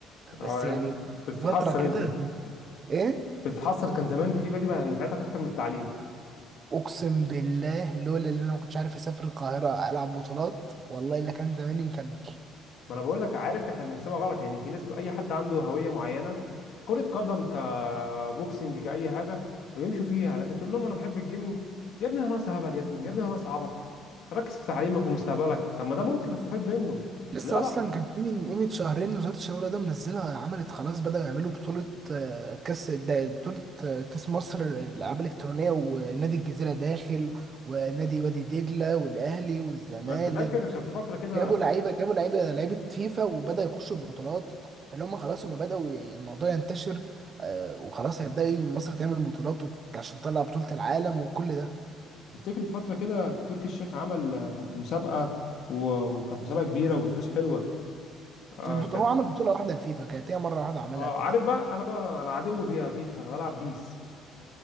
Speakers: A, on the right; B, on the left.
A: بس
B: اه
A: يعني
B: يعني انت بتتحسر
A: فتره كده
B: انت
A: ايه
B: بتتحسر كان زمان فيفا دي بقى نفعتك اكتر من التعليم
A: اقسم بالله لولا اللي انا ما كنتش عارف اسافر القاهره العب بطولات والله الا كان زماني مكمل
B: ما انا بقول لك عارف احنا بنحسبها غلط يعني في ناس ك- اي حد عنده هويه معينه كرة قدم كبوكسنج كأي حاجة ويمشوا فيها لكن تقول لهم أنا بحب الجيمنج يا ابني أنا ناقص هبل يا ابني يا ابني أنا ناقص عبط ركز في تعليمك ومستقبلك طب ما ده ممكن استفاد منه
A: لسه
B: لا لا
A: اصلا كان في من قيمه شهرين وزاره الشباب ده منزلها عملت خلاص بداوا يعملوا بطوله آه، كاس دا- بطوله آه، كاس مصر الالعاب الالكترونيه ونادي الجزيره داخل ونادي وادي دجله والاهلي والزمالك
B: ما انت فاكر كان في فتره كده
A: جابوا
B: ترك
A: لعيبه جابوا لعيبه لعيبه فيفا وبدأ يخشوا البطولات فاللي هم خلاص هم بدأوا ي- الموضوع ينتشر آه وخلاص هيبدأ ي- مصر تعمل بطولات وت- عشان تطلع بطولة العالم وكل ده
B: تفتكر في فتره كده تركي الشيخ عمل آه، مسابقه و- وكانت مسابقه كبيره وبفلوس حلوه آه
A: البط...
B: كانت
A: هو عمل بطولة واحدة لفيفا كانت هي مرة واحدة عملها
B: اه
A: كده
B: عارف بقى انا بقى انا عدو بيها فيفا انا بلعب بيس